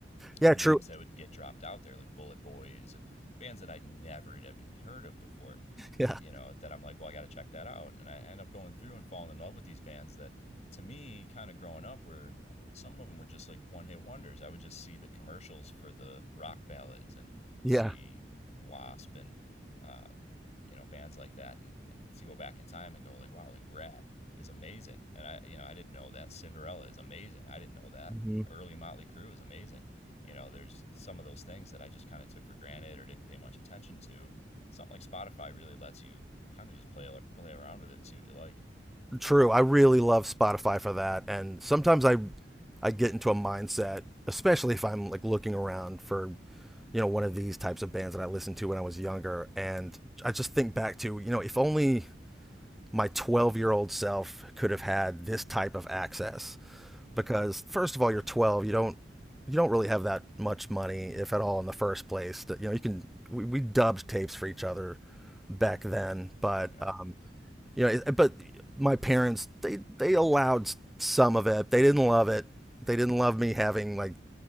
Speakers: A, in the centre; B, on the left.
A: yeah
B: the
A: true
B: names that would get dropped out there, like Bullet Boys and bands that I'd never had even heard of before,
A: yeah
B: you know, that I'm like, well, I got to check that out. And I end up going through and falling in love with these bands that, to me, kind of growing up, were some of them were just like one hit wonders. I would just see the commercials for the rock ballads and see
A: yeah
B: Wasp and uh, you know bands like that and to go back in time and go like wow like rat is amazing and i you know i didn't know that cinderella is amazing i didn't know that
A: hmm
B: early motley Crue is amazing you know there's some of those things that i just kind of took for granted or didn't pay much attention to something like spotify really lets you kind of just play play around with it and see what you like
A: true. I really love Spotify for that, and sometimes I I get into a mindset, especially if I'm like looking around for you know one of these types of bands that I listened to when I was younger, and I just think back to you know if only my 12 year old self could have had this type of access
B: yep
A: because first of all, you're 12. You don't you don't really have that much money, if at all, in the first place. That you know, you can we, we dubbed tapes for each other back then, but
B: yeah
A: um, you know, it- but my parents they they allowed some of it. They didn't love it. They didn't love me having like